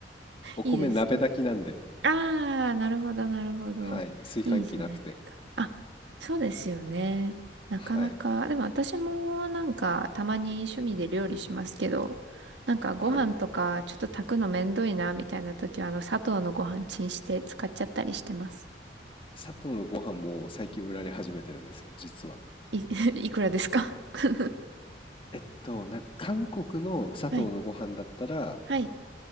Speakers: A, on the left (about 30°); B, on the right (about 85°).
A: お米鍋炊きなんで、
B: いいですね。ああ、なるほど、なるほど。
A: はい、炊飯器なくて。
B: いいじゃないですか。あ、そうですよね。なかなか、
A: はい、
B: でも私もなんかたまに趣味で料理しますけど、なんかご飯とかちょっと炊くのめんどいなみたいな時はあの砂糖のご飯チンして使っちゃったりしてます。
A: はい。佐藤のご飯も最近売られ始めてるんですよ、実は。
B: い、<laughs> いくらですか <laughs>
A: えっと、なんか韓国の佐藤のご飯だったら、
B: はい。はい。